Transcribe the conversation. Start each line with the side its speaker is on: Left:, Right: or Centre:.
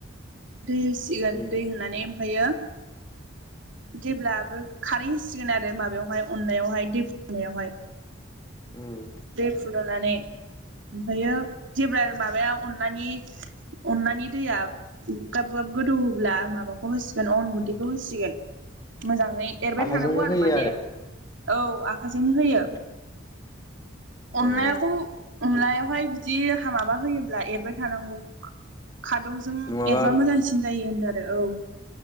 Right: दै होसिगोन
Left: उम
Right: दै होनानै ओमफायो जेब्लाबो खारैसिगोन आरो माबायावहाय अननायावहाय दै होनावहाय
Left: उम
Right: बे फुदुंनानै ओमफ्रायो जेब्ला माबायाव अनलानि अनलानि दैया गाब गाब गोदौब्ला माबाखौ हो सिगोन अन गुन्दैखौ
Left: उम
Right: हो होसिगोन। मोजां एरबाय
Left: आखाइजोंनो
Right: थानांगौ आरो
Left: होयो
Right: माने। औ हाजोंनो होयो।
Left: उम
Right: अनलायाखौ
Left: ए
Right: अनलाया बेवहाय बिदि माबा होयोब्ला एरबाय थानांगौ। खादौजों
Left: नङाबा
Right: एरबा मोजांसिन जायो होनो। आरो औ